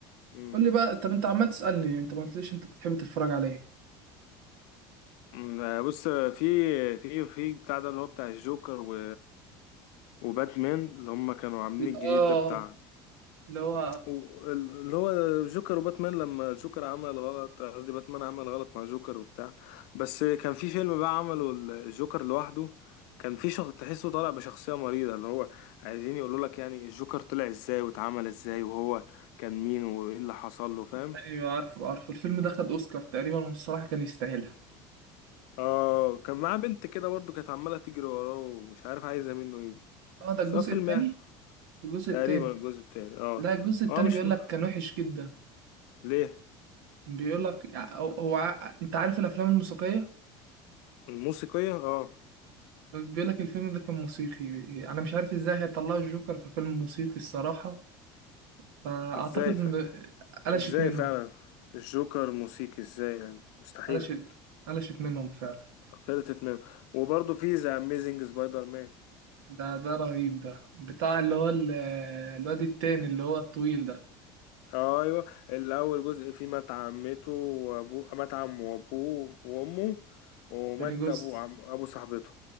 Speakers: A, on the left (about 75°); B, on the right (about 85°).
A: مم.
B: قول لي بقى طب انت عمال تسألني انت ما قلتليش انت بتحب تتفرج على ايه
A: مم. آه، بص في في في بتاع ده اللي هو بتاع الجوكر و وباتمان اللي هم كانوا عاملين
B: اه
A: الجديد ده بتاع
B: اللي هو
A: و- ال- اللي هو جوكر وباتمان لما جوكر عمل غلط قصدي باتمان عمل غلط مع جوكر وبتاع بس كان في فيلم بقى عمله الجوكر لوحده كان في شخص تحسه طالع بشخصية مريضة اللي هو عايزين يقولوا لك يعني الجوكر طلع ازاي واتعمل ازاي وهو كان مين وايه اللي حصل له فاهم
B: ايوه عارفه عارفه الفيلم ده خد اوسكار تقريبا والصراحة كان يستاهلها
A: اه كان معاه بنت كده برضه كانت عمالة تجري وراه ومش عارف عايزة منه ايه دي
B: اه ده
A: سواء
B: الجزء
A: فيلم
B: التاني
A: يعني
B: الجزء
A: تقريبا
B: التاني
A: الجزء التاني اه
B: لا الجزء التاني
A: اه مش
B: بيقول
A: م...
B: لك كان وحش جدا
A: ليه
B: بيقول لك هو هو ع- انت عارف الافلام الموسيقية
A: الموسيقية اه
B: بيقول لك الفيلم ده كان موسيقي انا مش عارف ازاي هيطلعوا الجوكر في فيلم موسيقي الصراحة فاعتقد
A: ازاي
B: ان قلشت
A: ازاي
B: منهم
A: فعلا الجوكر موسيقي ازاي يعني مستحيلة
B: قلشت قلشت منهم فعلا
A: فلتت منه وبرضه في ذا اميزنج سبايدر مان
B: ده ده رهيب ده بتاع اللي هو ال- الواد التاني اللي هو الطويل ده
A: ايوه اللي اول جزء فيه مات عمته وابوه مات عمه وابوه وامه ومات
B: تاني جزء
A: ابو عم ابو صاحبته